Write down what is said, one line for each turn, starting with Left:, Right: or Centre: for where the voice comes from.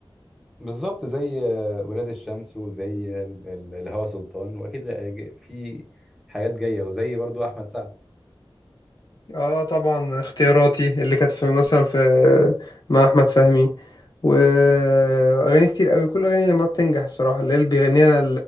Centre: بالظبط زي آه، ولاد الشمس وزي ال- ال- الهوى سلطان واكيد غ- ج- في حاجات جايه وزي برضو احمد سعد
Left: اه طبعا اختياراتي اللي كانت في مثلا في مع احمد فهمي و- واغاني كتير قوي كل اغاني لما بتنجح الصراحه اللي هي اللي بيغنيها